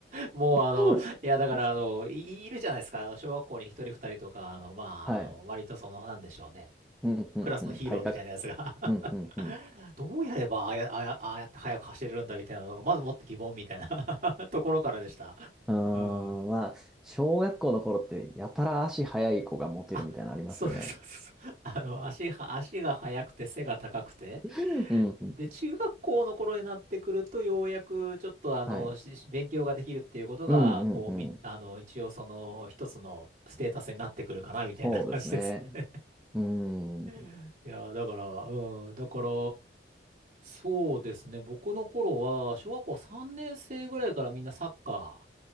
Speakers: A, on the right; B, in the centre.
A: もうあの、
B: <laughs>
A: いやだからあの、い、いるじゃないですか、あの小学校に一人二人とか、あの、まあ、
B: はい。
A: あの、割とその、なんでしょうね、
B: うん、うん、
A: クラスのヒーローみたいなやつが
B: うん。体格。うん、うん、うん。
A: <laughs>
B: <laughs>
A: どうやればああや、あやああやって速く走れるんだみたいなのが、まずもって疑問みたいな <laughs> ところからでした。
B: うー
A: うん。
B: ん、まあ、小学校の頃ってやたら足速い子がモテるみたいなのありますよね。
A: あ、そうそうそうそう。<laughs> あの、足は、足が速くて背が高くて。
B: うん、
A: で、
B: うん。
A: 中学校の頃になってくると、ようやくちょっとあの、
B: はい。
A: しし勉強ができるっていうことが、
B: うん、
A: こう、
B: うん、
A: み、
B: うん。
A: あの、一応その、一つのステータスになってくるかな、みたいな感じですね。
B: そうですね。うーん。
A: <laughs> いやー、だから、うん、だから、そうですね。僕の頃は、小学校3年生ぐらいからみんなサッカ